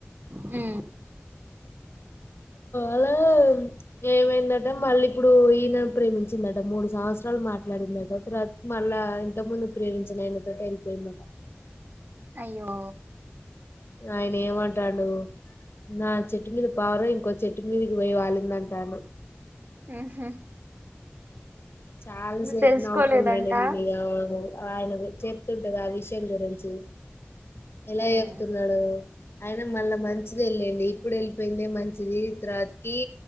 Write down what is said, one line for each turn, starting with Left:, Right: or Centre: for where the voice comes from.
Right: హు
Left: అలా ఏమైందట మళ్ళీ ఇప్పుడు ఈయనను ప్రేమించిందట మూడు సంవత్సరాలు మాట్లాడిందట మళ్ళా ఎంతకు ముందు ప్రేమించిన ఆయన తోటే వెళ్ళపోయిందట
Right: అయ్యో
Left: ఆయన ఏమన్ట <unintelligible> నా చెట్టు మీద పావురం ఇంకో చెట్టు మీదకి పోయి వాలింది అంటాన్డు
Right: హు హు
Left: చాల సేపు
Right: తెలుసుకోలేదంట
Left: నవ్వుకున్నా <unintelligible> ఆయనవి చెప్తుంతివే ఆ విషయం గురించి ఎలా
Right: ఉమ్
Left: చెప్తున్నాడు అయిన మళ్ళా మంచిదే లెండి ఎప్పుడు వెళ్ళిపోయిందే మంచిది తర్వాతికి